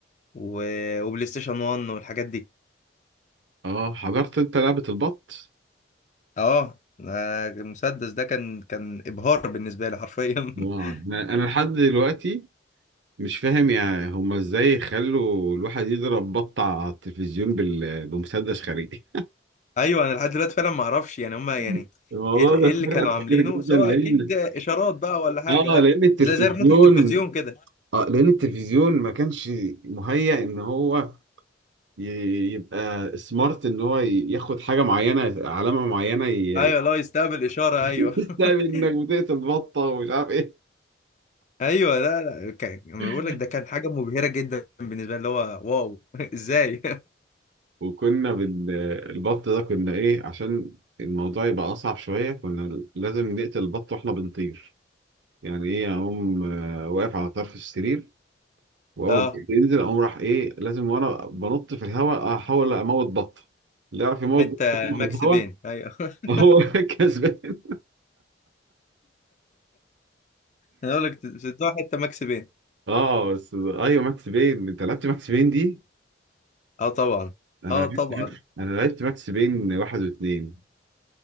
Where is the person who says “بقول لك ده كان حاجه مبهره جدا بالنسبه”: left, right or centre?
Left